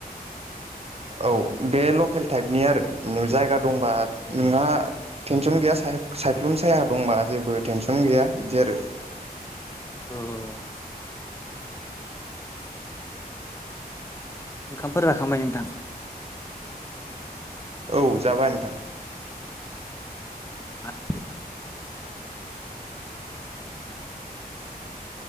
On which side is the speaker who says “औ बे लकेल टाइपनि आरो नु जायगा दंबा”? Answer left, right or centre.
Right